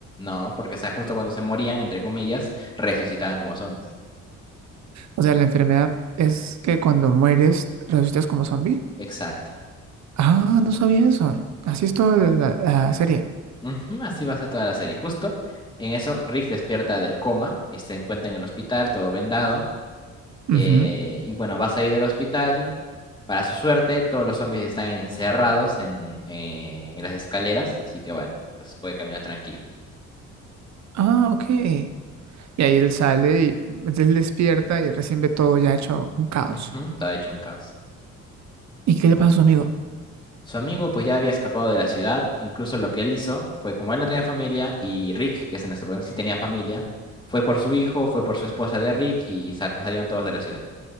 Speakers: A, on the left; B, on the right.
A: No, porque o sea, justo cuando se morían, entre comillas, resucitaban como zombies.
B: O sea, la enfermedad es que cuando mueres resucitas como zombie.
A: Exacto.
B: Ah, no sabía eso. Así es toda la, la- la serie.
A: Ujú, así va a ser toda la serie. Justo en eso, Rick despierta del coma, y se encuentra en el hospital, todo vendado.
B: Ujú.
A: eh, y bueno, va a salir del hospital. Para su suerte, todos los zombies están encerrados en, eh, en las escaleras, así que bueno, pues puede caminar tranquilo.
B: Ah, ok. Y ahí él sale y pues, él despierta y recién ve todo ya hecho un caos.
A: Ujú, todo hecho un caos.
B: ¿Y qué le pasa a su amigo?
A: Su amigo pues ya había escapado de la ciudad, incluso lo que él hizo fue como él no tenía familia y Rick, que es nuestro protagonista, sí tenía familia, fue por su hijo, fue por su esposa de Rick y sa- salieron todos de la ciudad.